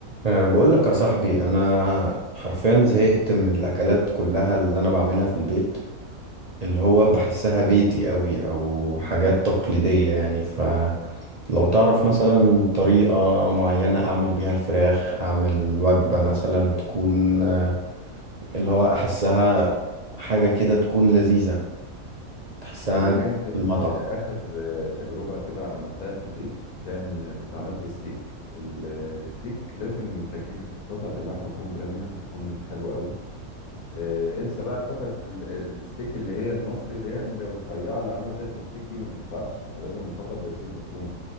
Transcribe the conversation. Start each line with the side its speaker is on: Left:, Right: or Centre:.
Right: أه بقول لك يا صاحبي انا حرفيا زهقت من الاكلات كلها اللي انا بعملها في البيت اللي هو بحسها بيتي قوي او حاجات تقليدية يعني فلو تعرف مثلا طريقة معينة اعمل بيها الفراخ اعمل وجبة مثلا تكون آه، اللي هو احسها حاجة كده تكون لذيذة تحسها
Left: هو
Right: جاية
Left: انا يمكن
Right: من المطعم
Left: آه، اخر آه، تجربه كده عملتها في البيت كان كنت عملت ستيك ال- الستيك لازم انت تجيب قطعه اللحمه تكون بريميوم تكون حلوه قوي آه، انسى بقى قطعه ال- الستيك اللي هي المصري اللي هي الرفيعه اللي عامله زي البفتيك دي ما تنفعش انت لازم قطعه الستيك بتكون